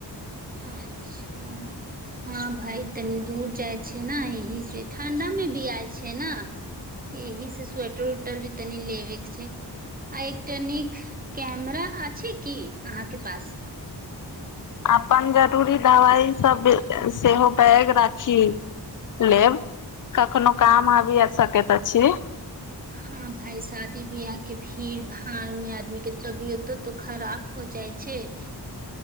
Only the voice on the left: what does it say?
अपन जरूरी दबाइ सब सेहो बैग राखी। लेब कखनो काम आबि आ सकेतऽ छी।